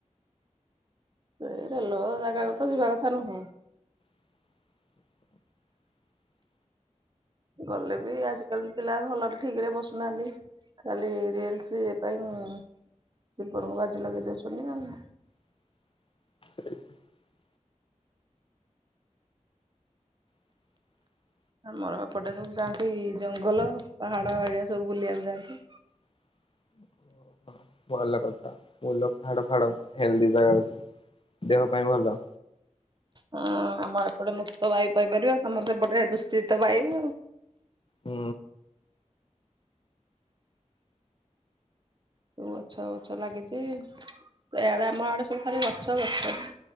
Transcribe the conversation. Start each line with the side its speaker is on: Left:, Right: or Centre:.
Right: ସେଇ ରେଲୱେ ଜାଗାକୁ ତ ଯିବା କଥା ନୁହେଁ।
Left: <inaudible>
Right: ଗଲେ ବି ଆଜିକାଲି ପିଲା ଭଲରେ ଠିକରେ ବସୁନାହାନ୍ତି। ଖାଲି ରିଲ୍ସ ପାଇଁ ଜିବନଙ୍କୁ ବାଜି ଲଗେଇଦଉଛନ୍ତି ଆଉ।
Left: <inaudible> <inaudible>
Right: ଆମର ଏପଟେ ସବୁ ଯାଆନ୍ତି ଜଙ୍ଗଲ, ପାହାଡ ଏରିଆ ସବୁ ବୁଲିବାକୁ ଯାଆନ୍ତି।
Left: <unintelligible> ଓ ହୋ ଭଲ କଥା, ଭଲ ପାହାଡ ଫାହାଡ ହେଲଦି ଜାଗାକୁ, ଦେହ ପାଇଁ ଭଲ।
Right: ହଁ ଆମର ଏପଟେ ମୁକ୍ତ ବାୟୁ ପାଇପାରିବ, ତମର ସେପଟେ ଦୂଷିତ ବାୟୁ,
Left: ହୁଁ
Right: ସବୁ ଗଛ ଗଛ ଲାଗିଛି ଇଆଡେ ଆମ ଆଡେ ସବୁ ଖାଲି ଗଛ ଗଛ।